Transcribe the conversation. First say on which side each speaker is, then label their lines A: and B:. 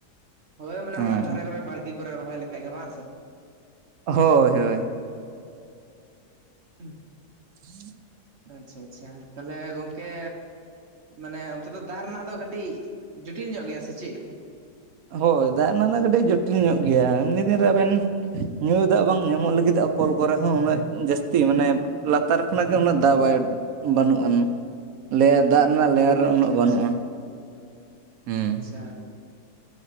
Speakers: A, on the right; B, on the right.
A: ᱦᱳᱭ ᱢᱟᱱᱮ
B: ᱦᱮᱸ
A: ᱚᱲᱟᱜ ᱫᱷᱟᱨᱮ ᱠᱚᱨᱮ ᱵᱟᱲᱜᱤ ᱠᱚᱨᱮ ᱨᱚᱦᱚᱭ ᱞᱮᱠᱷᱟᱭ ᱜᱮ ᱵᱟᱝ ᱥᱮ᱾
B: ᱦᱳᱭ ᱦᱳᱭ᱾
A: ᱦᱩᱸ᱾
B: <inaudible>
A: ᱟᱪᱪᱷᱟ ᱟᱪᱪᱷᱟ, ᱛᱟᱦᱞᱮ ᱜᱚᱝᱠᱮ ᱢᱟᱱᱮ ᱚᱱᱛᱮ ᱫᱚ ᱫᱟᱜ ᱨᱮᱱᱟᱜ ᱫᱚ ᱠᱟᱹᱴᱤᱡ, ᱡᱚᱴᱤᱞ ᱧᱚᱜ ᱜᱮᱭᱟ ᱥᱮ ᱪᱮᱜ?
B: ᱦᱳᱭ, ᱫᱟᱜ ᱨᱮᱱᱟᱜ ᱫᱚ ᱠᱟᱹᱴᱤᱡ ᱡᱚᱴᱤᱞ ᱧᱚᱜ ᱜᱮᱭᱟ, ᱮᱢᱱᱤ ᱫᱤᱱ ᱨᱮ ᱟᱵᱮᱱ ᱧᱩ ᱫᱟᱜ ᱵᱟᱝ ᱧᱟᱢᱚᱜ ᱞᱟᱹᱜᱤᱫᱼᱟ ᱠᱚᱞ ᱠᱚᱨᱮ ᱦᱚᱸ ᱩᱱᱟᱹᱜ ᱡᱟᱹᱥᱛᱤ ᱢᱟᱱᱮ ᱞᱟᱛᱟᱨ ᱠᱷᱚᱱᱟᱜ ᱜᱮ ᱩᱱᱟᱹᱜ ᱫᱟᱜ ᱵᱟᱭ ᱵᱟᱹᱱᱩᱜ ᱟᱱ ᱞᱮᱭᱟ ᱫᱟᱜ ᱨᱮᱱᱟᱜ ᱞᱮᱭᱟ ᱫᱟᱜ ᱩᱱᱟᱹᱜ
A: ᱟᱪᱪᱷᱟ ᱟᱪᱪᱷᱟ
B: ᱵᱟᱹᱱᱩᱜ ᱟᱱ᱾ ᱦᱩᱸ
A: <inaudible> ᱛᱚ